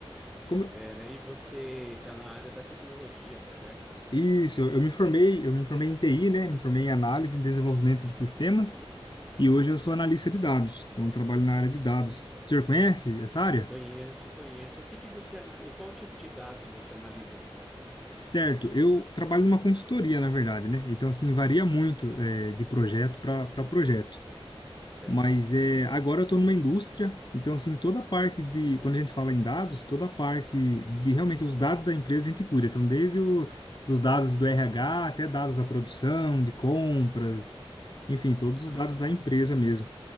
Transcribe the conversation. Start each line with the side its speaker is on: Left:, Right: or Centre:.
Left: Como...
Centre: É, né? E você está na área da tecnologia, tá certo?
Left: Isso, eu me formei, eu me formei em TI, né? Me formei em análise e desenvolvimento de sistemas. E hoje eu sou analista de dados, então eu trabalho na área de dados. O senhor conhece essa área?
Centre: Conheço, conheço. O que que você ana- e qual tipo de dados você analisa?
Left: Certo, eu trabalho numa consultoria, na verdade, né? Então, assim, varia muito eh, de projeto para projeto.
Centre: Certo.
Left: Mas eh, agora eu estou numa indústria, então, assim, toda a parte de, quando a gente fala em dados, toda a parte de realmente os dados da empresa a gente cuida. Então, desde o, dos dados do RH até dados da produção, de compras, enfim, todos
Centre: Ah,
Left: os dados da empresa
Centre: tá.
Left: mesmo.